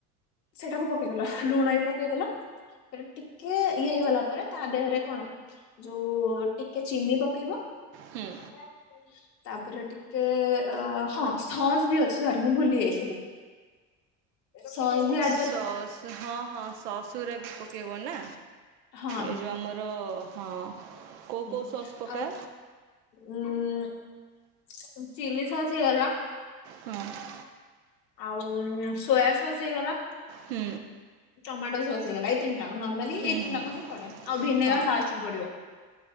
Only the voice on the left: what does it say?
ସେଟାକୁ ପକେଇଦେଲା ଲୁଣ ବି ପକେଇଦେଲା ସେଟା ଟିକେ ଇଏ ହେଇଗଲା ପରେ ତା ଦେହରେ କଣ ଯୋଉ ଟିକେ ଚିନି ପକେଇବ
<inaudible> ତାପରେ ଟିକେ ଅ ହଁ ସସ୍ ବି ଅଛି ସାର୍ ମୁଁ ଭୁଲି ଯାଇଥିଲି। ସସ୍‌ ବି ଆ
ହଁ
ହୁଁ
ଆଉ ଉଁ ଚିଲି ସସ୍ ହେଇଗଲା
ଆଉ ସୋୟା ସସ୍ ହେଇଗଲା।
ଟମାଟୋ ସସ୍ ହେଇଗଲା ଏଇ। ତିନି ଟା ଯାଙ୍କ ନର୍ମାଲି ଏଇତିନି
ଟା ଯାଙ୍କ ହିଁ ପଡେ ଆଉ ଭିନେଗାର
ଲାଷ୍ଟକୁ ପଡିବ।